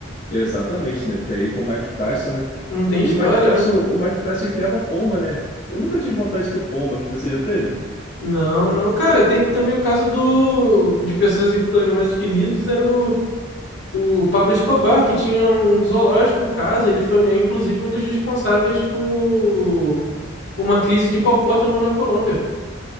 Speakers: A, on the left; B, on the left.
A: Exatamente, né? Porque aí com o Mike Tyson, né?
B: Não tem
A: E
B: história,
A: o Mike Tyson,
B: né?
A: o Mike Tyson ele criava pomba, né? Eu nunca tive vontade de ter pomba. Você já teve?
B: Não, não. Cara, tem também o caso do de pessoas assim, com animais esquisitos, era o O Pablo Escobar, que tinha um um zoológico em casa, ele foi, é, inclusive, um dos responsáveis por uma crise de hipopótamo na Colômbia.